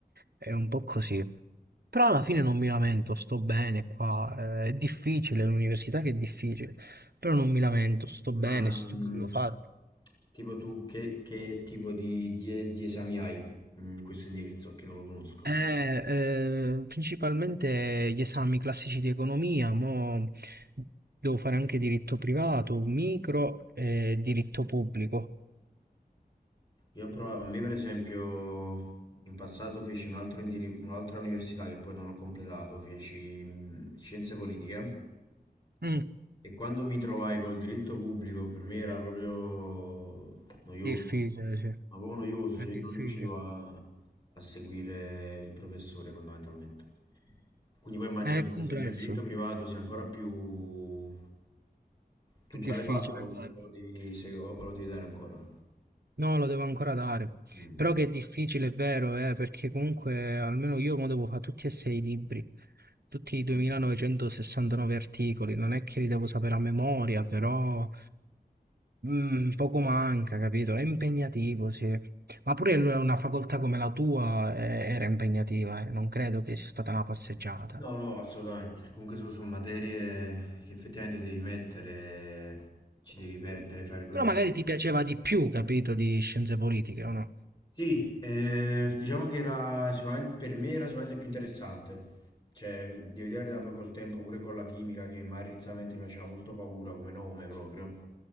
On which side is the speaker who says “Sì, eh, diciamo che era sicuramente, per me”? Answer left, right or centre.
Left